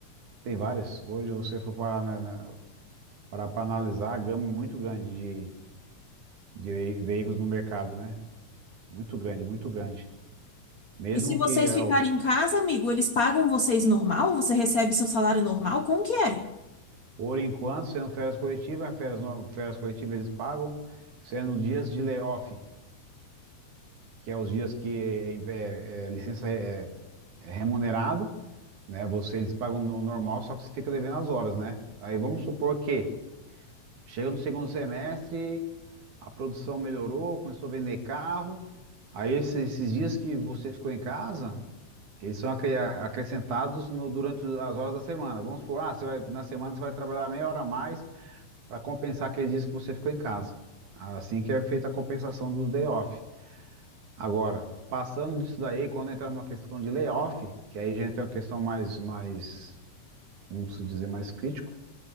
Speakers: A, on the right; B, on the left.
A: tem várias. Hoje você for parar na, na- parar para analisar a gama é muito grande de, de ve- veículos no mercado, né? Muito grande, muito grande. Mesmo
B: E se vocês
A: que é,
B: ficarem
A: o-
B: em casa, amigo, eles pagam vocês normal? Você recebe seu salário normal? Como que é?
A: Por enquanto, sendo férias coletivas, férias, no- férias coletivas eles pagam, sendo dias de layoff, que é os dias que é, é, é licença é, é remunerado, né? Você eles pagam no normal, só que você fica devendo as horas, né? Aí vamos supor que chega no segundo semestre, a produção melhorou, começou a vender carro, aí esses, esses dias que você ficou em casa, eles são acre- acrescentados no- durante as horas da semana. Vamos supor, ah, você vai, na semana você vai trabalhar meia hora a mais para compensar aqueles dias que você ficou em casa. Assim que é feita a compensação dos day off. Agora, passando disso daí, quando entrar numa questão de layoff, que aí já entra uma questão mais, mais, vamos dizer, mais crítico,